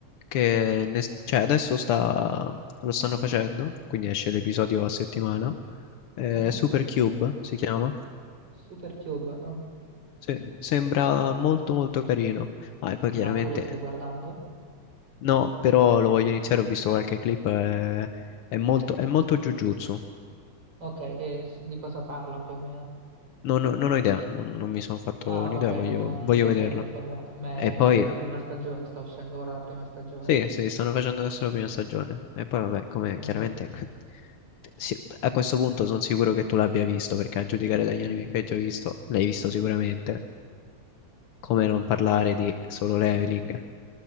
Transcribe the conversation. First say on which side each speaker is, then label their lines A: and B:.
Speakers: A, on the left; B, on the right.
A: che ne- cioè adesso sta, lo stanno facendo, quindi esce l'episodio a settimana. Eh,
B: Mhm.
A: Supercube si chiama.
B: Super Cube, mm.
A: Sì, sembra molto molto carino. Ah, e poi chiaramente
B: ma tu lo stai guardando?
A: no, però lo voglio iniziare, ho visto qualche clip, eh, è, molto, è molto Jujutsu.
B: Ok, e s- di cosa parla più o meno?
A: Non, ho non ho idea, non, non mi sono fatto
B: Ah,
A: un'idea,
B: ok,
A: voglio,
B: non,
A: voglio
B: non ti
A: vederlo.
B: sei informato. Ma
A: E
B: è-
A: poi
B: quindi è la prima stagione, sta uscendo ora la prima stagione.
A: Sì, sì, stanno facendo adesso la prima stagione. E poi, vabbè, come
B: Mm,
A: chiaramente <laughs> si- a questo punto sono sicuro che tu l'abbia visto, perché a giudicare dagli anime che hai già visto, l'hai visto sicuramente. Come non parlare di Solo Leveling?